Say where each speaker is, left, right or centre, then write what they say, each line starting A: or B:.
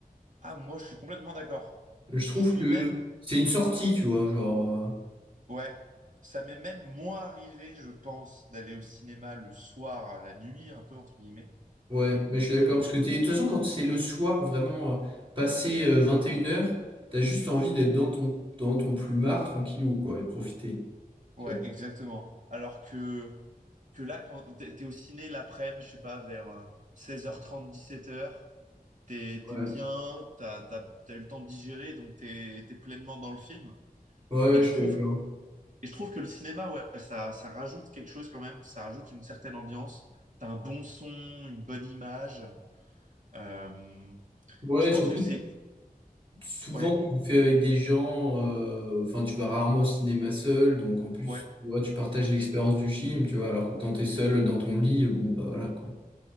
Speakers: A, on the right; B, on the right.
A: Ah, moi, je suis complètement d'accord.
B: Je trouve
A: Je suis
B: que
A: même
B: c'est une sortie, tu vois, genre... euh,
A: ouais. Ça m'est même moins arrivé, je pense, d'aller au cinéma le soir, la nuit, un peu entre guillemets.
B: Ouais, mais je suis d'accord, parce que t'es... de toute façon, quand c'est le soir, vraiment, euh, passé euh, vingt et une heures, t'as juste envie d'être dans ton... dans ton plumard, tranquillou, quoi, et profiter.
A: Ouais,
B: tu
A: exactement. Alors que, que là, quand t'es t'es au ciné l'après-midi, je sais pas, vers euh, seize heures trente, dix-sept heures, t'es,
B: vois.
A: t'es
B: Ouais,
A: bien, t'as, t'as, t'as eu le temps de digérer, donc t'es, t'es pleinement dans le film.
B: ouais,
A: Et
B: ouais, je
A: je
B: suis
A: trouve,
B: d'accord.
A: et je trouve que le cinéma, ouais, ça, ça rajoute quelque chose quand même, ça rajoute une certaine ambiance. T'as un bon son, une bonne image. Euh,
B: Ouais,
A: je pense
B: surtout...
A: que c'est,
B: Souvent,
A: ouais,
B: tu le fais avec des gens, euh, enfin, tu vas rarement au cinéma seul, donc en plus,
A: ouais,
B: tu vois, tu partages l'expérience du film, tu vois, alors que quand t'es seul dans ton lit, bon, bah voilà, quoi.